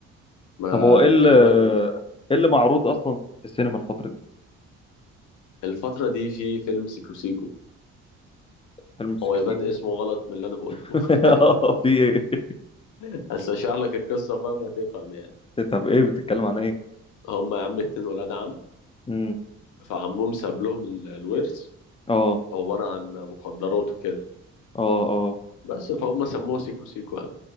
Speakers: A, on the left; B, on the left.
A: ما
B: طب هو ايه
A: بكلمك
B: اللي
A: بجد.
B: ايه اللي معروض اصلا في السينما الفتره دي
A: الفتره دي في فيلم سيكو سيكو
B: فيلم سيكو
A: هو يبان
B: سيكو
A: اسمه غلط من اللي انا بقوله
B: <laughs>
A: لك فاهم
B: في ايه
A: <laughs> بس اشرح لك القصه فاهم هتفهم يعني
B: طب ايه بتتكلم عن ايه
A: هما يا عم اتنين ولاد عم
B: امم
A: فعمهم ساب لهم ال- الورث
B: اه
A: عباره عن مخدرات وكده
B: اه اه
A: بس فهم سموه سيكو سيكو يعني